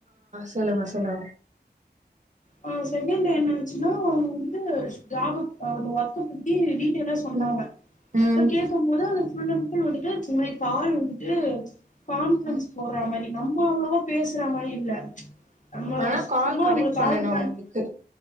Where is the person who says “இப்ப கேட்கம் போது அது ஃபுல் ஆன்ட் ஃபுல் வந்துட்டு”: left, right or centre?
Left